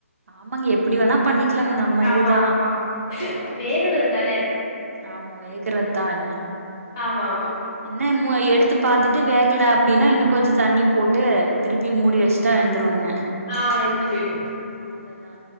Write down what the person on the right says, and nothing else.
ஆமாங்க எப்டி வேணா பண்ணிக்கலாங்க நம்ம
இதுதா
ஆமா
ஆமா வேகறத் தா எல்லா
என்ன மு எடுத்து பாத்துட்டு வேகல அப்டின்னா இன்னு கொஞ்ச தண்ணி போட்டு திருப்பி மூடி வஸ் ட்டா வெந்துருங்க
அவ்ளதா